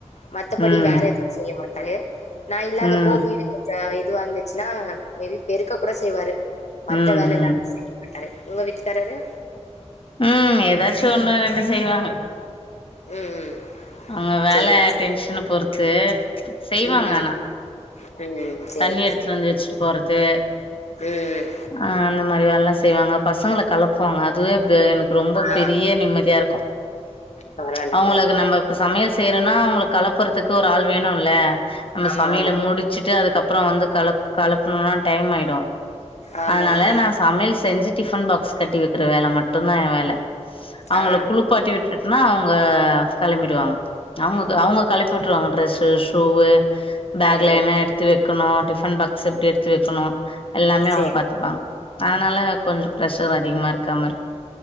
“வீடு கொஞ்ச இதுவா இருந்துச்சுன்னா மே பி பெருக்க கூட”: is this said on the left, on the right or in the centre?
Left